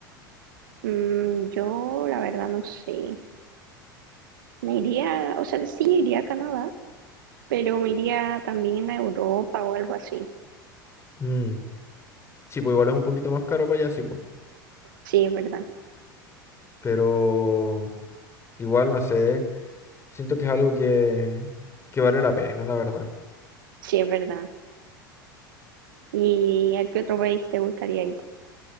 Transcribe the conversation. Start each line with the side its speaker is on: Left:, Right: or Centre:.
Right: Mm, yo la verdad no sé. Me iría, o sea, sí iría a Canadá, pero me iría también a Europa o algo así.
Left: Mm, Sí, pues igual es un poquito más caro para allá, sí, pues.
Right: Sí, es verdad.
Left: Pero igual, no sé, siento que es algo que, que vale la pena, la verdad.
Right: Sí, es verdad. ¿Y a qué otro país te gustaría ir?